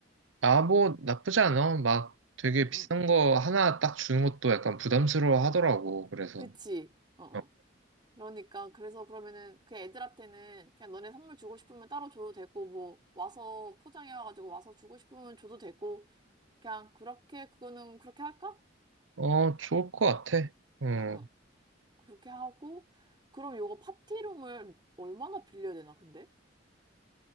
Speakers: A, on the right; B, on the right.
A: 아, 뭐, 나쁘지 않아. 막 되게
B: 응, 응.
A: 비싼 거 하나 딱 주는 것도 약간 부담스러워 하더라고. 그래서.
B: 그치. 어, 어.
A: 어,
B: 그러니까, 그래서 그러면은 그 애들한테는 그냥 너네 선물 주고 싶으면 따로 줘도 되고, 뭐, 와서 포장해와가지고 와서 주고 싶으면 줘도 되고, 그냥 그렇게, 그거는 그렇게 할까?
A: 어, 좋을 것 같아. 음,
B: 어, 어. 그렇게 하고, 그럼 요거 파티룸을 얼마나 빌려야 되나, 근데?